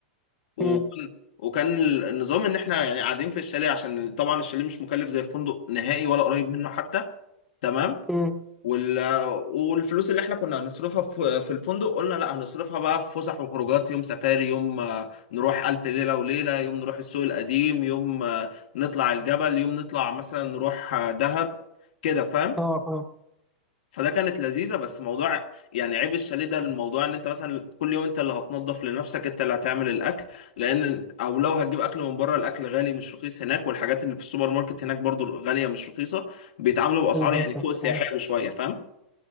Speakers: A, on the left (about 70°); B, in the centre.
A: وكان
B: مم.
A: وكان النظام ان احنا يعني قاعدين في الشاليه عشان طبعا الشاليه مش مكلف زي الفندق نهائي ولا قريب منه حتى تمام
B: مم.
A: وال والفلوس اللي احنا كنا هنصرفها في في الفندق قلنا لا هنصرفها بقى في فسح وخروجات يوم سفاري يوم آه، نروح ألف ليلة وليلة يوم نروح السوق القديم يوم آه، نطلع الجبل يوم نطلع مثلا نروح آه، دهب كده فاهم
B: اه اه
A: فده كانت لذيذة بس موضوع يعني عيب الشاليه ده الموضوع ان انت مثلا كل يوم انت اللي هتنظف لنفسك انت اللي هتعمل الاكل لان او لو هتجيب اكل من بره الاكل غالي مش رخيص هناك والحاجات اللي في السوبر ماركت هناك برضو غالية مش رخيصة بيتعاملوا باسعار
B: للأسف
A: يعني فوق السياحية
B: آه.
A: بشوية فاهم